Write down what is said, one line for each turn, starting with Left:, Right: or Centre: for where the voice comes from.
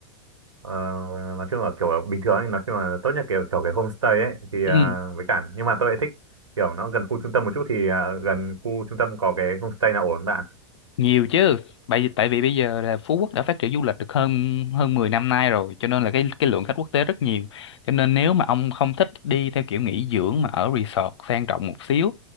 Right: ờ, nói chung là kiểu bình thường ấy, nói chung là tốt nhất kiểu kiểu cái homestay ấy thì
Left: ừ
Right: à, với cả nhưng mà tôi lại thích kiểu nó gần khu trung tâm một chút thì à, gần khu trung tâm có cái homestay nào ổn bạn
Left: nhiều chứ tại vì tại vì bây giờ là Phú Quốc đã phát triển du lịch được hơn hơn 10 năm nay rồi cho nên là cái cái lượng khách quốc tế rất nhiều cho nên nếu mà ông không thích đi theo kiểu nghỉ dưỡng mà ở resort sang trọng một xíu